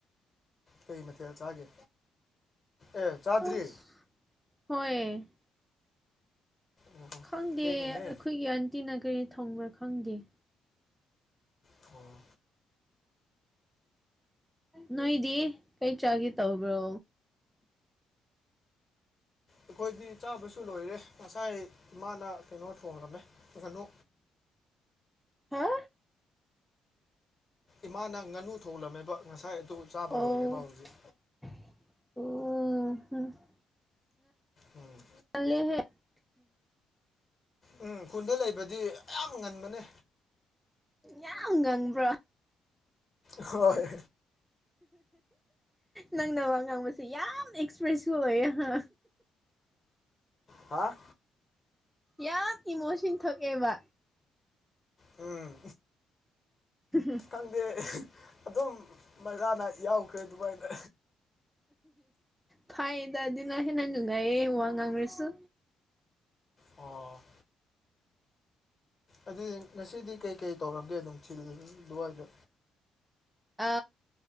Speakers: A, on the left; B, in the centre.
A: ꯀꯩ ꯃꯊꯦꯜ ꯆꯥꯒꯦ ꯑꯦ ꯆꯥꯗ꯭ꯔꯤ
B: ꯑꯁ ꯍꯣꯏ
A: ꯑꯣ
B: ꯈꯪꯗꯦ
A: ꯊꯦꯡꯉꯦꯍꯦ
B: ꯑꯩꯈꯣꯏꯒꯤ ꯑꯟꯇꯤꯅ ꯀꯔꯤ ꯊꯪꯕ꯭ꯔꯥ ꯈꯪꯗꯦ
A: ꯊꯣꯡ
B: ꯅꯣꯏꯗꯤ ꯀꯔꯤ ꯆꯥꯒꯦ ꯇꯧꯕ꯭ꯔꯣ
A: ꯑꯩꯈꯣꯏꯗꯤ ꯆꯥꯕꯁꯨ ꯂꯣꯏꯔꯦ ꯉꯁꯥꯏ ꯏꯃꯥꯅ ꯀꯩꯅꯣ ꯊꯣꯡꯉꯝꯃꯦ ꯀꯅꯨ
B: ꯍꯥ
A: ꯏꯃꯥꯅ ꯉꯥꯅꯨ ꯊꯣꯡꯂꯂꯝꯃꯦꯕ ꯉꯁꯥꯏ ꯑꯗꯨ ꯆꯥꯕ
B: ꯑꯣ
A: ꯂꯣꯏꯑꯦꯕ ꯍꯧꯖꯤꯛ
B: ꯑꯣ
A: ꯎꯝ
B: ꯂꯦ ꯍ
A: ꯎꯝ ꯈꯨꯟꯗ ꯂꯩꯕꯗꯤ ꯌꯥꯝꯌꯥꯝ ꯉꯟꯕꯅꯦ
B: ꯌꯥꯝ ꯉꯪꯕ꯭ꯔꯣ
A: ꯍꯣꯏ ꯍꯣꯏꯣꯏ
B: ꯅꯪꯅ ꯋꯥ ꯉꯥꯡꯕꯁꯦ ꯌꯥꯝ ꯑꯦꯛꯁꯄ꯭ꯔꯦꯁꯤꯐ ꯑꯣꯏ ꯑꯍ
A: ꯍꯥ
B: ꯌꯥꯝ ꯏꯃꯣꯁꯟ ꯊꯣꯛꯑꯦꯕ
A: ꯎꯝ
B: ꯎ
A: ꯈꯪꯗꯦ ꯑꯗꯨꯝ ꯃꯒꯥꯅ ꯌꯥꯎꯈ꯭ꯔꯦ ꯑꯗꯨꯃꯥꯏꯅ
B: ꯐꯩꯌꯦꯗꯗꯤ ꯉꯥꯏꯍꯦ ꯅꯪ ꯅꯨꯡꯒꯥꯏꯌꯦꯦ ꯋꯥ ꯉꯥꯡꯈ꯭ꯔꯁꯨ
A: ꯑꯣ ꯑꯗꯨꯗꯤ ꯉꯁꯤꯗꯤ ꯀꯩꯀꯩ ꯇꯧꯔꯝꯒꯦ ꯑꯗꯨꯝ ꯊꯤꯜ ꯑꯗꯨꯋꯥꯏꯗ
B: ꯑ